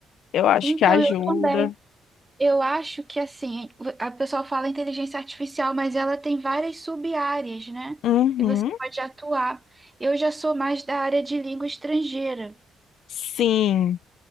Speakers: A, on the left; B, on the right.
A: Eu acho
B: Então,
A: que ajuda.
B: eu também. Eu acho que assim, a pessoa fala inteligência artificial, mas ela tem várias sub-áreas, né?
A: Uhum.
B: E você pode atuar. Eu já sou mais da área de língua estrangeira.
A: Sim.